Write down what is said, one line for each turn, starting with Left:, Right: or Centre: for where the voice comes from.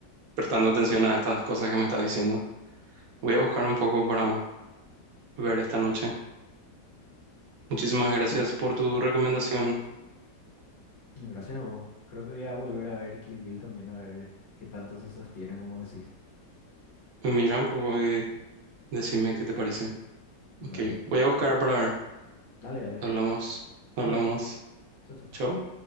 Right: prestando atención a estas cosas que me estás diciendo. Voy a buscar un poco para ver esta noche. Muchísimas gracias por tu recomendación.
Left: Gracias a vos. Creo que voy a volver a ver Kill Bill también, a ver qué tanto se sostiene, como decís.
Right: Mira un poco y decime qué te parece.
Left: Dale,
Right: Ok, voy a buscar para ver.
Left: dale, dale.
Right: Hablamos, hablamos.
Left: Hablamos. Chao, chao.
Right: Chao.